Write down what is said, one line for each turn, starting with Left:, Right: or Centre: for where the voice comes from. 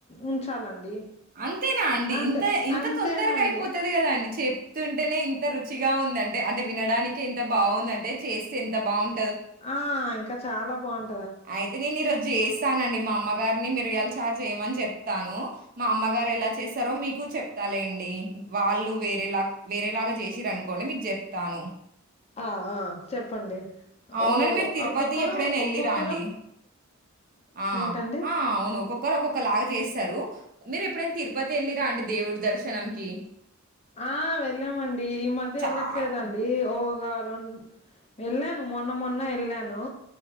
Left: ఉంచాలండి
Right: అంతేనా అండి
Left: అంతే
Right: ఇంత ఇంత
Left: అంతేనా
Right: తొందరగా
Left: అండి
Right: అయిపోతది కదా అండి చెప్తుంటేనే ఇంత రుచిగా ఉందంటే అంటే వినడానికి ఎంత బాగుంద అంటే చేస్తే ఎంత బాగుం
Left: ఆ ఇంకా చాలా బాగుం
Right: అయితే నేను ఈరోజు చేస్తానండి మా అమ్మ గారిని మిరియాలు చారు చేయమని చెప్తాను మా అమ్మగారు ఎలా చేస్తారో మీకు చెప్తాలేండి వాళ్ళు వేరేలా వేరేలాగా చేసిర్రు అనుకోండి మీకు చెప్తాను
Left: ఆ ఆ చెప్పండి
Right: అవునండి.
Left: ఓ
Right: మీరు తిరుపతి
Left: ఒక్కొక్కరు
Right: ఎప్పుడైనా
Left: ఒక్కొక్క
Right: ఎళ్ళిరా అండి ఆ
Left: ఏంటండి
Right: ఆ అవును ఒక్కొక్కరు ఒక్కొక్క లాగా చేస్తారు మీరు ఎప్పుడైనా తిరుపతి వెళ్ళిర్రా అండి దేవుడి దర్శనంకి
Left: ఆ వెళ్ళామండి ఈ మధ్య
Right: చాల్
Left: వెళ్ళట్లేదండి ఒక రెండు వెళ్ళాను మొన్న మొన్న వెళ్ళాను